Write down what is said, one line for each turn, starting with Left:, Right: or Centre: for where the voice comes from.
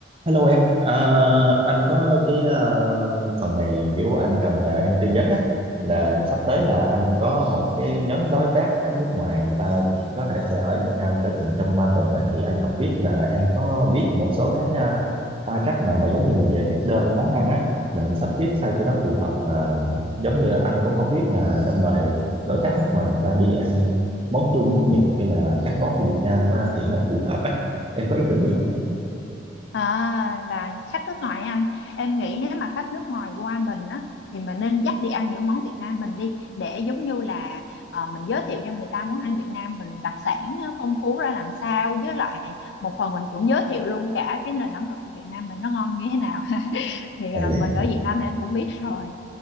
Right: Hello em, à, anh có cái à, phần này kiểu anh cần nhờ em tư vấn á là sắp tới là anh có một cái nhóm đối tác á, nước ngoài người ta có thể sẽ ở Việt Nam cỡ chừng trong 3 tuần á thì anh không biết là em có biết một số cái à, ba cách nào mà giống như là về thực đơn món ăn á mình sắp xếp sao cho nó phù hợp và giống như anh cũng không biết là nên mời đối tác nước ngoài người ta đi ăn món Trung, món
Left: Ừ.
Right: Nhật hay là các món của Việt Nam á, thì nó phù hợp á em có ý tưởng gì không?
Left: À, là khách nước ngoài anh em nghĩ nếu mà khách nước ngoài qua mình á thì mình nên dắt đi ăn những món Việt Nam mình đi để giống như là ờ, mình giới thiệu cho người ta món ăn Việt Nam mình đặc sản ờ, phong phú ra làm sao với lại một phần mình cũng giới thiệu luôn cả cái nền ẩm thực của Việt Nam mình nó ngon như thế nào <laughs> thì
Right: Ừ.
Left: ờ, mình ở Việt Nam thì anh cũng biết rồi